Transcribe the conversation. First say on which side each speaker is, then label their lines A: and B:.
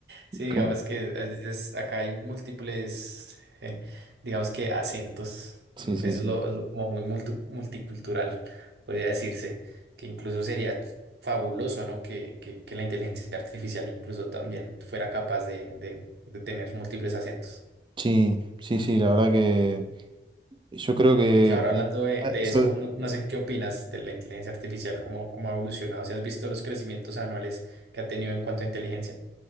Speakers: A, on the right; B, on the right.
A: Sí, digamos
B: com-
A: que a veces acá hay múltiples, eh, digamos que acentos.
B: sí,
A: Mm,
B: sí,
A: Eso
B: sí.
A: es lo, lo- como muy multu- multicultural, podría decirse, que incluso sería fabuloso, ¿no? Que, que, que la inteligencia artificial incluso también fuera capaz de, de, de tener múltiples acentos.
B: Sí, sí, sí, la verdad que yo creo que...
A: Sí, ahora
B: cuan-
A: hablando de,
B: ah,
A: de
B: so-
A: eso, no, no sé qué opinas de la inteligencia artificial, cómo, cómo ha evolucionado, si has visto los crecimientos anuales que ha tenido en cuanto a inteligencia.